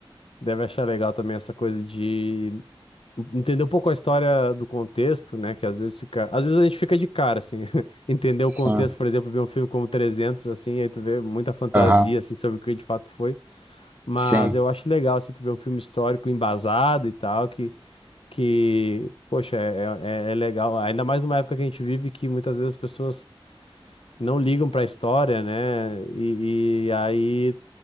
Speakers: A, on the left; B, on the right.
A: deve achar legal também essa coisa de entender um pouco a história do contexto, né, que às vezes fica, às vezes a gente fica de cara assim, <laughs> entender o
B: Sim,
A: contexto, por exemplo, ver um filme como 300 assim, aí tu vê muita fantasia
B: aham,
A: assim sobre o que de fato foi. Mas
B: Sim,
A: eu acho legal assim, tu ver um filme histórico embasado e tal, que que, poxa, é, é, é legal, ainda mais numa época que a gente vive que muitas vezes as pessoas não ligam para a história, né? E, e aí